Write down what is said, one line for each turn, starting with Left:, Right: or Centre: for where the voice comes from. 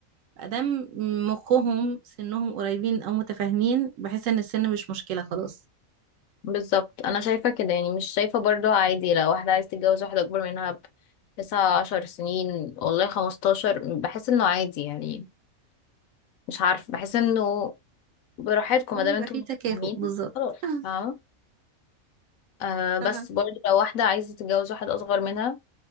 Right: ادام مخهم سنهم قريبين او متفاهمين بحس ان السن مش مشكله خلاص
Left: بالظبط انا شايفه كده يعني مش شايفه برضو عادي لو واحده عايز تتجوز واحده اكبر منها بتسعة عشر سنين والله خمستاشر بحس انه عادي يعني مش عارف بحس انه براحتكم
Right: المهم
Left: ما دام
Right: يبقى
Left: انتم
Right: فيه
Left: متفاهمين
Right: تكافؤ بالظبط
Left: خلاص
Right: <laughs>
Left: فاهمه آه
Right: صح
Left: بس برضو لو واحده عايزه تتجوز واحد اصغر منها